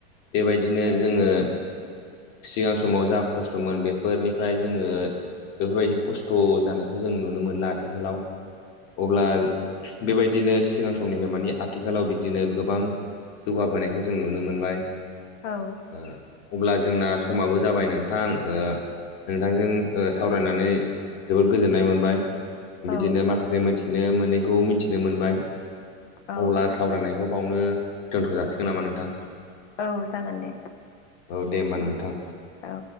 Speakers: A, on the left; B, on the left.
A: बेबायदिनो जोङो। सिगां समाव जा खस्थ'मोन बेफोरनिफ्राय जोङो। बेफोरबायदि खस्थ' जानायखौ जों नुनो मोनला आथिखालाव अब्ला। बेबायदिनो सिगां समनिफ्राय माने आथिखालाव बिदिनो गोबां। जौगाबोनायखौ जों नुनो मोनबाय।
B: औ।
A: ओ अब्ला जोंना समाबो जाबाय नोंथां ओ। नोंथांजों ओ सावरायनानै जोबोद गोजोननाय मोनबाय। बिदिनो
B: औ
A: माखासे मिथिनो मोनैखौ मिथिनो मोनबाय
B: औ
A: अब्ला
B: औ
A: सावरायनायखौ। बावनो दोन्थ' जाासिगोन नामा नोंथां?
B: औ जागोन दे।
A: औ दे होमबा नोंथां।
B: औ।